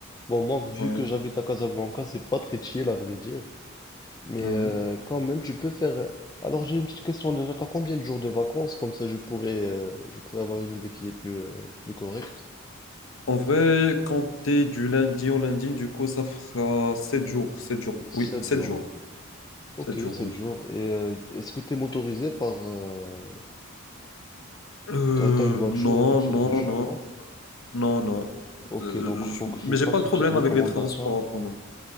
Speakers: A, on the left (about 20°); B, on the left (about 70°).
A: bon, moi, vu
B: Oui,
A: que j'habite à Casablanca, c'est pas très chill à vrai dire, mais
B: oui.
A: euh, quand même, tu peux faire. euh, Alors, j'ai une petite question déjà, t'as combien de jours de vacances? Comme ça, je pourrais, euh, je pourrais avoir une idée qui est plus, euh, plus correcte.
B: En vrai, compter du lundi au lundi, du coup, ça fera 7 jours, 7 jours,
A: 7
B: oui, 7
A: jours.
B: jours,
A: Ok,
B: 7 jours,
A: 7
B: oui.
A: jours. Et euh, est-ce que t'es motorisé par. euh,
B: Euh,
A: t'as, t'as une voiture
B: non,
A: ou quelque chose
B: non,
A: du genre,
B: non,
A: non?
B: non, non.
A: Ok,
B: Euh,
A: donc
B: je-
A: faut que je
B: mais
A: fasse
B: j'ai pas de
A: une
B: problème
A: petite recommandation.
B: avec les transports en commun.